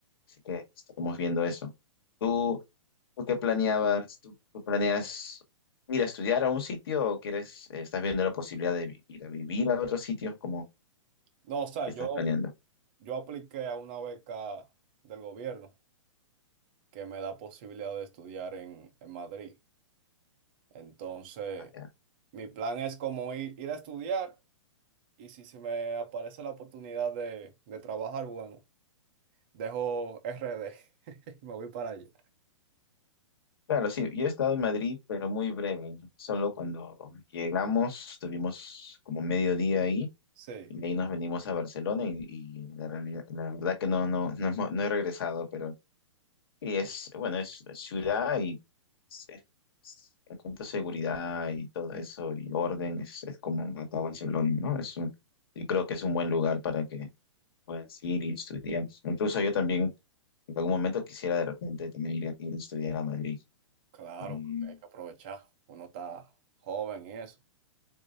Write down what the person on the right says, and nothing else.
No, o sea,
yo,
yo apliqué a una beca del gobierno. que me da posibilidad de estudiar en, en Madrid. Entonces,
mi plan es como ir, ir a estudiar y si se me aparece la oportunidad de, de trabajar, bueno, dejo R D <laughs> y me voy para allá.
Sí,
claro,
porque hay que aprovechar. Uno está joven y eso.